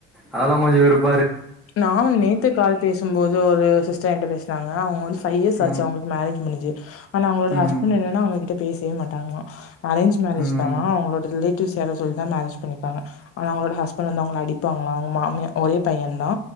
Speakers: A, in the centre; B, on the left.
A: அதெல்லா கொஞ்ச வெறுப்
B: நானு நேத்து கால் பேசும்போது ஒரு சிஸ்டர் என்ட்ட பேஸ் தாங்ங அவுங்க வந்து பை இயர்ஸ் ஆச்சு
A: ம்
B: அவுங்களுக்கு மேரேஜ் முடுஞ்சு ஆனா அவுங்களோட
A: ம்
B: ஹஸ்பண்ட் என்னன்னா அவுங்ககிட்ட பேசவே மாட்டாங்களா அரேஞ் மேரேஜ்
A: ம்
B: தானா அவுங்களோட ரிலேட்டிவ் யாரோ சொல்லிதா மேரேஜ் பண்ணிருக்காங்க ஆனா அவுங்களோட ஹஸ்பண்ட் வந்து அவுங்கள அடிப் பாங்களா அவுங்க மாமியார் ஒரே பையன் தா